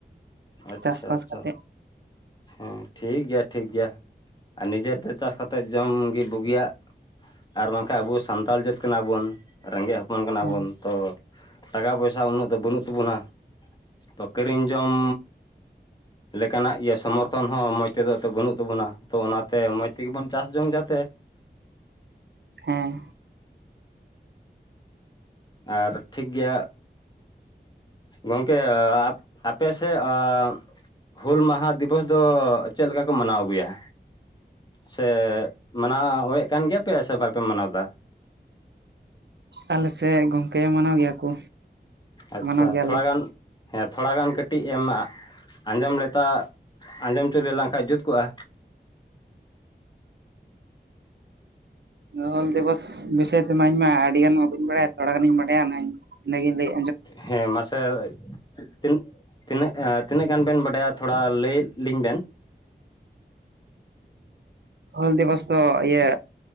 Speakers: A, on the left (about 25°); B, on the right (about 75°).
A: ᱟᱪᱪᱷᱟ
B: ᱪᱟᱥᱵᱟᱥ
A: ᱟᱪᱪᱷᱟ
B: ᱠᱟᱛᱮᱫ
A: ᱦᱮᱸ ᱴᱷᱤᱠ ᱜᱮᱭᱟ ᱴᱷᱤᱠ ᱜᱮᱭᱟ। ᱟᱨ ᱱᱤᱡᱮᱨ ᱛᱮ ᱪᱟᱥ ᱠᱟᱛᱮᱫ ᱡᱚᱢ ᱜᱮ ᱵᱩᱜᱤᱭᱟᱜ ᱟᱨ ᱵᱟᱝᱠᱷᱟᱡ ᱟᱵᱚ ᱥᱟᱱᱛᱟᱲ ᱡᱟᱹᱛ ᱠᱟᱱᱟ ᱵᱚᱱ ᱨᱮᱸᱜᱮᱡ ᱦᱚᱯᱚᱱ ᱠᱟᱱᱟᱵᱚᱱ
B: ᱦᱮᱸ
A: ᱛᱚ ᱴᱟᱠᱟ ᱯᱚᱭᱥᱟ ᱩᱱᱟᱹᱜ ᱫᱚ ᱵᱟᱹᱱᱩᱜ ᱛᱟᱵᱚᱱᱟ ᱛᱚ ᱠᱤᱨᱤᱧ ᱡᱚᱢ ᱞᱮᱠᱟᱱᱟᱜ ᱤᱭᱟᱹ ᱥᱚᱢᱚᱨᱛᱷᱚᱱ ᱦᱚᱸ ᱢᱚᱡᱽ ᱛᱮᱫᱚ ᱛᱚ ᱵᱟᱹᱱᱩᱜ ᱛᱟᱵᱚᱱᱟ ᱛᱚ ᱚᱱᱟᱛᱮ ᱢᱚᱡᱽ ᱛᱮᱜᱮ ᱵᱚᱱ ᱪᱟᱥ ᱡᱚᱝ ᱡᱟᱛᱮ᱾
B: ᱦᱮᱸ᱾
A: ᱟᱨ ᱴᱷᱤᱠ ᱜᱮᱭᱟ ᱜᱚᱝᱠᱮ ᱟᱯᱮ ᱥᱮᱫ ᱟᱻ ᱦᱩᱞ ᱢᱟᱦᱟ ᱫᱤᱵᱚᱥ ᱫᱚ ᱪᱮᱫ ᱞᱮᱠᱟ ᱠᱚ ᱢᱟᱱᱟᱣ ᱟᱹᱜᱩᱭᱟ? ᱥᱮ ᱢᱟᱱᱟᱣ ᱮᱫ ᱠᱟᱱ ᱜᱮᱭᱟ ᱯᱮ ᱥᱮ ᱵᱟᱯᱮ ᱢᱟᱱᱟᱣᱫᱟ?
B: ᱟᱞᱮ ᱥᱮᱫ ᱜᱚᱝᱠᱮ ᱢᱟᱱᱟᱣ ᱜᱮᱭᱟ ᱠᱚ
A: ᱟᱪᱪᱷᱟ
B: ᱢᱟᱱᱟᱣ ᱜᱮᱭᱟᱞᱮ
A: ᱛᱷᱚᱲᱟ ᱜᱟᱱ ᱦᱮᱸ ᱛᱷᱚᱲᱟ ᱜᱟᱱ ᱠᱟᱹᱴᱤᱡ ᱮᱢ ᱟᱸᱡᱚᱢ ᱞᱮᱛᱟ ᱟᱸᱡᱚᱢ ᱦᱚᱪᱚᱞᱮ ᱞᱮᱱᱠᱷᱟᱱ ᱡᱩᱛ ᱠᱚᱜᱼᱟ
B: ᱦᱩᱞ ᱫᱤᱵᱚᱥ ᱵᱤᱥᱚᱭ ᱛᱮᱢᱟ ᱤᱧ ᱢᱟ ᱟᱹᱰᱤ ᱜᱟᱱ ᱢᱟ ᱵᱟᱹᱧ ᱵᱟᱲᱟᱭᱟ ᱛᱷᱚᱲᱟ ᱜᱟᱱᱤᱧ ᱵᱟᱰᱟᱭᱟ ᱤᱱᱟᱹ ᱜᱤᱧ ᱞᱟᱹᱭᱟ
A: ᱦᱮᱸ ᱢᱟᱥᱮ ᱛᱤᱱ ᱛᱤᱱᱟᱹᱜ ᱮᱸ ᱛᱤᱱᱟᱹᱜ ᱜᱟᱱ ᱵᱮᱱ ᱵᱟᱰᱟᱭᱟ ᱛᱷᱚᱲᱟ ᱞᱟᱹᱭ ᱞᱤᱧ ᱵᱮᱱ
B: ᱦᱩᱞ ᱫᱤᱵᱚᱥ ᱫᱚ ᱤᱭᱟᱹ